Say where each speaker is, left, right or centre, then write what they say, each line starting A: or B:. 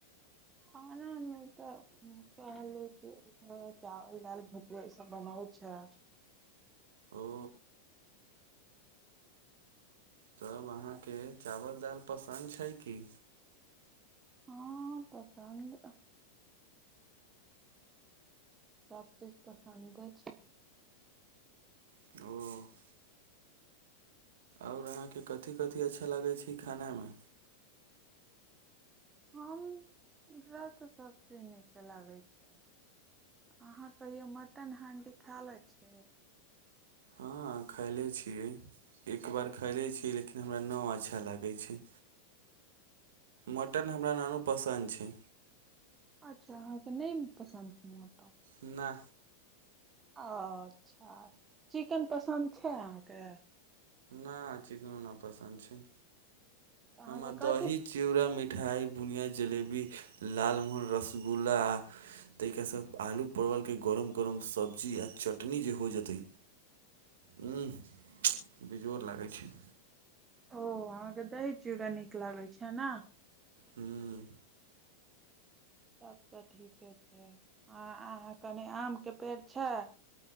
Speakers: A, on the right (about 20°); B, on the right (about 60°).
A: खाना मे त वेह आलू के चावल दाल भुजिया ई सब बनाै छै
B: ओ तब
A: हँ
B: अहाँके चावल दालि पसन्द छै की
A: हँ <unintelligible> सब चीज पसन्दे छै
B: ओ आओर अहाँके कथथि कथि अच्छा लागै छै खानइमे
A: हमरा ते सब चीज नीके लागे छै अहाँ कहियो मटन हांडी खा ले छै
B: हँ खायले छियै एक बार खैलै छियै लेकिन हमरा न अच्छा लागै छै मटन हमरा नानू पसन्द छै
A: अच्छा अहाँके नहि पसन्द ह मटन
B: ना
A: अच्छा चिकेन पसन्द छै अहाँके
B: नहि चिकनो नहि पसन्द छै हमर
A: अहाँके
B: दही
A: कथी
B: चुड़ा मिठाई बुनिया जलेबी लालमोहन रसगुल्ला आ ताहिके साथ आलू परवलके गरम गरम सब्जी आ चटनी जे हो जेतै ह बेजोड़ लागै छै
A: ओ अहाँके दही चूड़ा नीक लागैत छै ने
B: हँ
A: तब त ठीके छै अं अहाँ के आणि आमके पेड़ छै